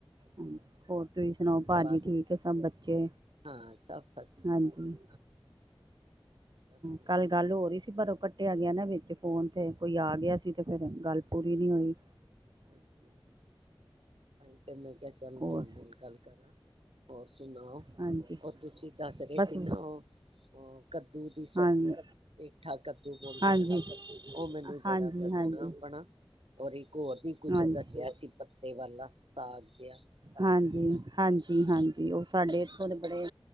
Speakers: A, on the right (about 50°); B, on the right (about 85°).
A: ਹਾਂਜੀ ਹੋਰ ਤੁਸੀਂ ਸੁਣਾਓ
B: ਗੱਲਬਾਤ
A: ਭਾਜੀ ਠੀਕ
B: ਕਰੀ
A: ਸਭ ਬੱਚੇ
B: ਹਾਂ ਸਭ ਫਸਟ
A: ਹਾਂਜੀ
B: ਕਲਾਸ ਜੀ ਬਸ ਹੁਣੇ
A: ਕੱਲ
B: ਹੀ
A: ਗੱਲ ਹੋਰਹੀ ਸੀ ਪਰੋਂ ਕੱਟਿਆ ਗਿਆ ਨਾ ਵਿੱਚ ਫੋਨ ਤੇ ਕੋਈ ਆ ਗਿਆ ਸੀ ਤੇ ਫੇਿਰ ਗੱਲ ਪੂਰੀ ਨਹੀਂ ਹੋਈ
B: ਹਾਂਜੀ ਹਾਂਜੀ ਭ ਤਾਂ ਮੈਂ ਕਿਹਾ ਚਲੂੰ
A: ਹੋਰ
B: ਤੁਹਾਡੇ ਨਾਲ ਗੱਲ ਕਰਾਂ ਹੋਰ ਸੁਣਾਓ
A: ਹਾਂਜੀ
B: ਉਹ ਤੁਸੀਂ ਦੱਸ ਰਹੇ
A: ਬਸ
B: ਸੀ ਨਾ ਉਹ ਕੱਦੂ ਦੀ ਸਬਜ਼ੀ
A: ਹਾਂਜੀ
B: ਪੇਠਾ ਕੱਦੂ ਬੋਲਦੇ
A: ਹਾਂਜੀ
B: ਆ ਉਹ ਮੈਨੂੰ ਜ਼ਰਾ
A: ਹਾਂਜੀ
B: ਦੱਸਣਾ
A: ਹਾਂਜੀ
B: ਆਪਣਾ ਔਰ ਇੱਕ ਹੋਰ ਵੀ ਕੁਛ
A: ਹਾਂਜੀ
B: ਦੱਸਿਆ ਸੀ ਪੱਤੇ ਵਾਲਾ ਸਾਗ ਜਿਹਾ
A: ਹਾਂਜੀ ਹਾਂਜੀ ਹਾਂਜੀ ਉਹ ਸਾਡੇ ਇੱਥੋਂ ਦੇ ਬੜੇ